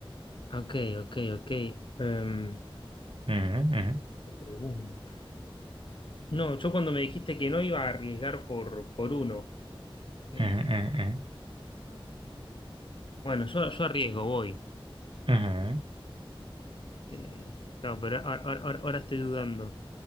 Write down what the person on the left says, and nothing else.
ok, ok, ok. Em,
te pregunto. No, yo cuando me dijiste que no iba a arriesgar por, por uno, eh,
bueno, yo, yo arriesgo, voy.
Eh, claro, pero ahora, ahora- ahora estoy dudando.